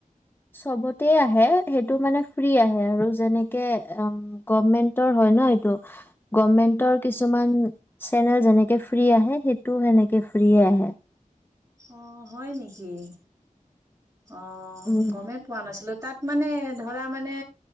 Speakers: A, on the left; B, on the right.
A: চবতে আহে সেইটো মানে ফ্ৰী আহে আৰু যেনেকে গভমেণ্টৰ হয় ন এইটো গভমেণ্টৰ কিছুমান চেনেল যেনেকে ফ্ৰী আহে সেইটোও সেনেকে ফ্ৰিয়েই আহে
B: অ হয় নেকি অ
A: উম
B: গমেই পোৱা নাছিলো তাত মানে ধৰা মানে